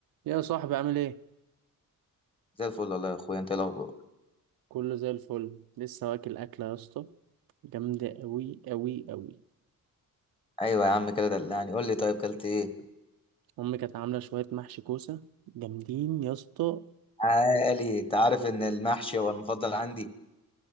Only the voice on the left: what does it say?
زي الفل والله يا اخويا انت إيه الاخبار
ايوه يا عم كده دلعني قول لي طيب كلت ايه
عالي انت عارف ان المحشي هو المفضل عندي